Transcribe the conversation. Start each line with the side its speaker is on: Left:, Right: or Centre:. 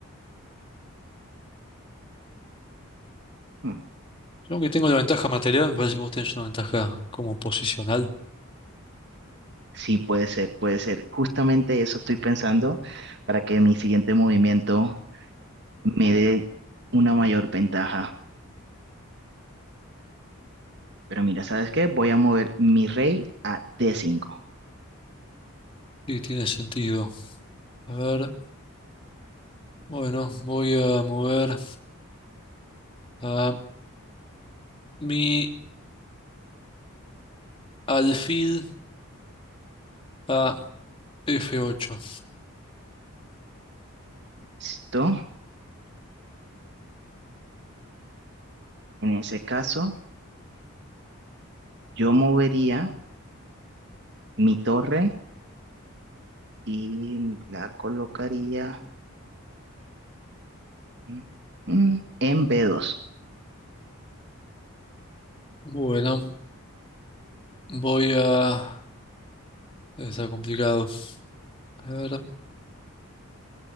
Right: Hmm,
Left: Yo que tengo la ventaja material, me parece que vos tenés una ventaja como posicional.
Right: Sí, puede ser, puede ser. Justamente eso estoy pensando para que mi siguiente movimiento me dé una mayor ventaja. Pero mira, ¿sabes qué? Voy a mover mi rey a d cinco
Left: Y tiene sentido. A ver, bueno, voy a mover a mi alfil. Ah, F8.
Right: ¿Listo? En ese caso, yo movería mi torre y la colocaría mm, mm, en b dos
Left: Bueno, voy a... Debe estar complicado. A ver.